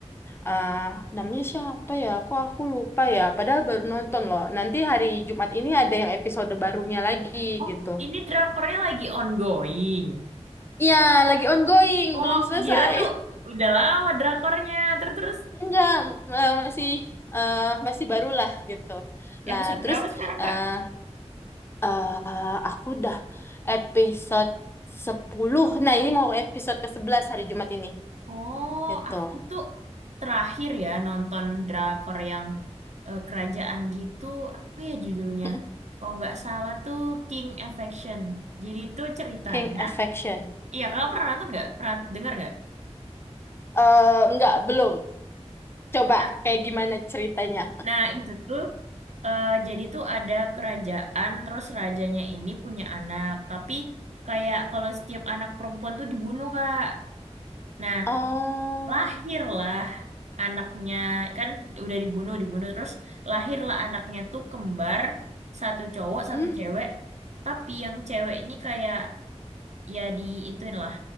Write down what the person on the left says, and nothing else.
ah namanya siapa ya? Aku aku lupa ya. Padahal baru nonton loh. Nanti hari Jumat ini ada yang episode barunya lagi
gitu.
Iya, lagi ongoing,
belum
selesai.
<laughs> Enggak, eh, masih eh, masih barulah gitu. Nah,
terus
eh
eh, aku udah episode sepuluh Nah, ini mau episode ke sebelas hari Jumat ini.
Gitu.
<laughs>
King Affection.
Eh enggak, belum. Coba
kayak gimana ceritanya?
Um,
hmm,